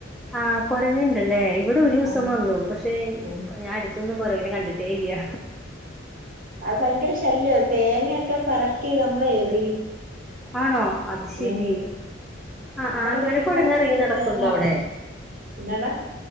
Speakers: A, in the centre; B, on the right.
A: ആഹ് കൊരങ്ങണ്ട്ല്ലേ ഇവിടെ ഒരുസം
B: ആഹ്
A: വന്നു പക്ഷെ
B: ഉം
A: ഞാൻ ട് ത്തൊന്നും കൊരങ്ങനെ കണ്ടിട്ടേ ഇല്ല്യ
B: അത് ഭയങ്കര ശല്യ തേങ്ങ്യക്കെ പറക്കി നമ്മളെ എറിയും.
A: ആണോ അത് ശെരി
B: ഉം
A: ആഹ്
B: നമ്മടെ
A: ആഹ് അങ്ങനെ
B: തെങ്ങി
A: കൊരങ്ങൻ
B: തന്നെ
A: എറങ്ങി
B: കേറി
A: നടക്കുണ്ടോ
B: തേങ്ങ അടത്തും
A: അവടെ
B: എന്നാടാ